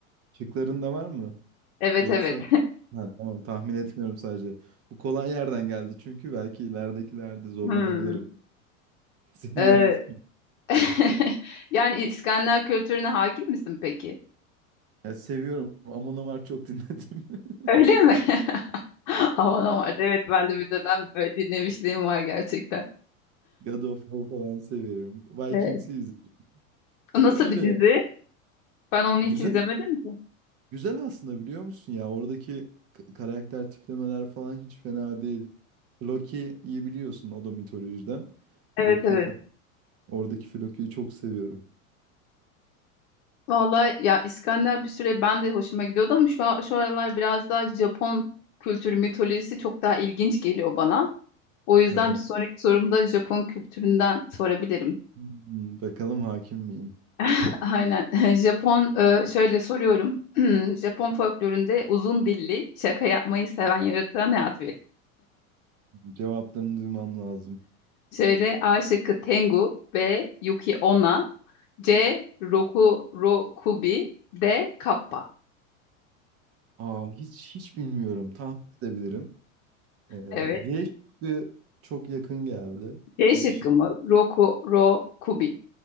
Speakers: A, on the right; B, on the left.
A: Şıkların da var mı?
B: Evet,
A: Yoksa...
B: evet.
A: Ha, tamam tahmin etmiyorum sadece. Bu kolay yerden geldi çünkü belki ileridekilerde zorlanabilirim.
B: Hmm.
A: <laughs> Seni
B: E,
A: yanıltmayayım.
B: <laughs> yani İskandinav kültürüne hakim misin peki?
A: Ya, seviyorum. Amon Amarth çok dinledim. <laughs>
B: Öyle mi? <laughs> <laughs> Havana vardı. Evet ben de bir dönem böyle dinlemişliğim var gerçekten.
A: God of War falan seviyorum. Vikings'i
B: Evet.
A: izledim.
B: Nasıl
A: Öyle
B: bir dizi?
A: ya.
B: Ben onu
A: Güzel
B: hiç izlemedim ki.
A: Güzel aslında biliyor musun ya oradaki k- karakter tiplemeler falan hiç fena değil. Loki'yi biliyorsun o da mitolojiden.
B: Evet
A: Loki'yi
B: evet.
A: falan. Oradaki Loki'yi çok seviyorum.
B: Vallahi ya İskandinav bir süre ben de hoşuma gidiyordu ama şu, a- şu aralar biraz daha Japon kültürü mitolojisi çok daha ilginç geliyor bana. O yüzden
A: Aha.
B: bir sonraki sorumda Japon kültüründen sorabilirim.
A: Hmm, Bakalım hakim miyim?
B: <laughs> Aynen. <laughs> Japon e, şöyle soruyorum. <clears throat> Japon folkloründe uzun dilli şaka yapmayı seven yaratığa ne ad verilir?
A: Cevaplarını duymam lazım.
B: Şöyle A şıkkı Tengu, B Yuki Onna, C Roku Ro Kubi, D Kappa.
A: Aa hiç hiç bilmiyorum. Tahmin edebilirim. Ee,
B: Evet.
A: C şıkkı çok yakın geldi.
B: C
A: C
B: şıkkı
A: şık.
B: mı? Roku Ro Kubi.